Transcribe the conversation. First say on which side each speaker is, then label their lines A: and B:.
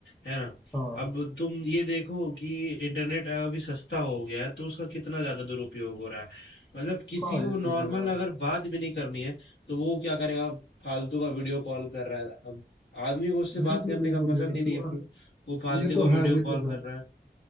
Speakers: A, on the left (about 80°); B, on the left (about 20°).
A: है ना
B: हाँ
A: अब तुम ये देखो कि इंटरनेट अभी सस्ता हो गया है तो उसका कितना ज्यादा दुरुपयोग हो रहा है मतलब किसी
B: हाँ
A: को
B: ये तो
A: नॉर्मल
B: है यार
A: अगर बात भी नहीं करनी है तो वो क्या करेगा फालतू का वीडियो कॉल कर रहा है अब आदमी को उससे
B: बिल्कुल
A: बात करने
B: बिल्कुल
A: का पसंद
B: यार
A: ही नहीं
B: पूरा
A: है फिर वो फालतू
B: ये तो
A: को वीडियो
B: है ये
A: कॉल
B: तो
A: कर
B: है
A: रहा है